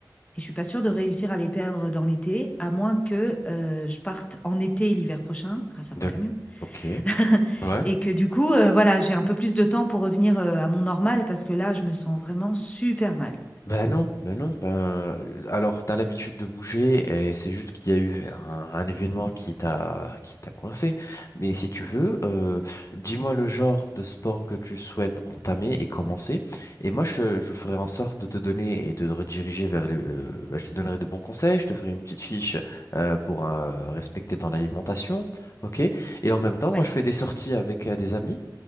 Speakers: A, on the left; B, on the left.
A: Et je suis pas sûre de réussir à les perdre dans l'été, à moins que euh, je parte en été l'hiver prochain grâce à
B: d'accord.
A: mon camion
B: Ok,
A: <laughs>
B: ouais,
A: Et que du coup, heu, voilà, j'ai un peu plus de temps pour revenir, heu, à mon normal parce que là, je me sens vraiment super mal.
B: Ben non, ben non, ben euh, alors t'as l'habitude de bouger et c'est juste qu'il y a eu un, un événement qui t'a qui t'a coincé. Mais si tu veux, euh, dis-moi le genre de sport que tu souhaites entamer et commencer. Et moi je, je ferai en sorte de te donner et de te rediriger vers le. euh, ben, je te donnerai de bons conseils, je te ferai une petite fiche euh, pour euh, respecter ton alimentation, ok? Et en même temps,
A: Ouais,
B: moi je fais des sorties avec euh, des amis.